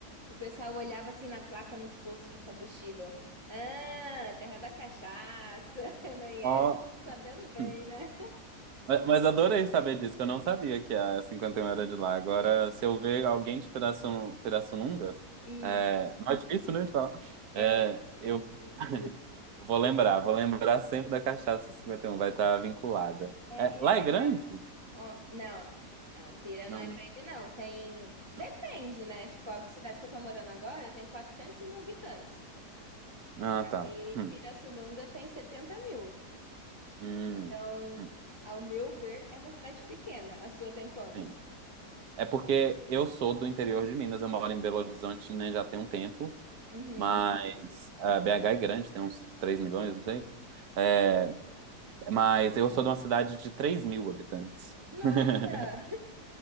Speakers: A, on the right (about 15°); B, on the right (about 65°).
A: O pessoal olhava assim na placa nos postos de combustível. Ah, terra da cachaça, <laughs> não é?
B: Ó.
A: Sabendo bem,
B: Hum.
A: né?
B: Mas mas adorei saber disso, que eu não sabia que a 51 era de lá. Agora,
A: É,
B: se eu ver alguém de Pirassun- Pirassununga,
A: Isso.
B: é, não é difícil, né, de falar.
A: É,
B: É,
A: grandinho.
B: eu, <laughs> Vou lembrar, vou lembrar sempre da cachaça Cinquenta e Um vai estar vinculada.
A: É,
B: É,
A: e
B: lá
A: é legal.
B: é grande?
A: Ó, não, não, Pira
B: Não,
A: não é grande,
B: né?
A: não. Tem.
B: Não.
A: Depende, né? Tipo, a cidade que eu tô morando agora tem 400 mil habitantes.
B: Ah, tá.
A: E
B: Hum,
A: Pirassununga tem 70 mil.
B: hum,
A: Então,
B: hum,
A: ao meu ver, é uma cidade pequena. A sua tem quantos?
B: sim. É porque eu sou do interior de Minas, eu moro em Belo Horizonte, né, já tem um tempo,
A: Uhum.
B: mas a BH é grande, tem uns 3 milhões, não sei. É, mas eu sou de uma cidade de 3 mil habitantes.
A: Nossa!
B: <laughs>